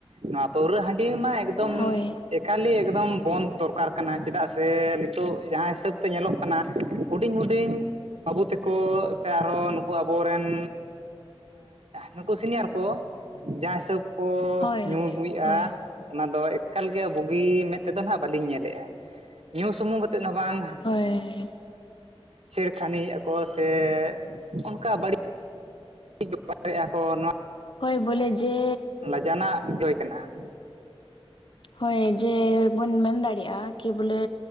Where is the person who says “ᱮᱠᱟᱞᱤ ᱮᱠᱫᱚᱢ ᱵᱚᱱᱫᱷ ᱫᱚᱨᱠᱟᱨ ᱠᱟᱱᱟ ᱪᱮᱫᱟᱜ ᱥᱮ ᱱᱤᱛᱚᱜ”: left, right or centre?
Right